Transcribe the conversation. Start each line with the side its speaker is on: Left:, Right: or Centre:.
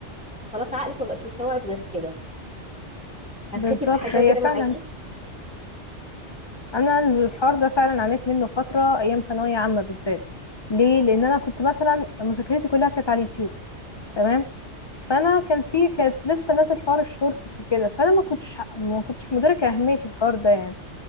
Centre: خلاص عقلك ما بقاش يستوعب غير كده حسيتي
Left: بالظبط
Centre: بحاجه
Left: هي
Centre: كده معاكي
Left: فعلا انا الحوار ده فعلا عانيت منه فتره ايام ثانويه عامه بالذات ليه لان انا كنت مثلا مذاكرتي كلها كانت على اليوتيوب تمام فانا كان في كانت لسه نازل حوار الشورتس وكده فانا ما كنتش ما كنتش مدركه اهميه الحوار ده يعني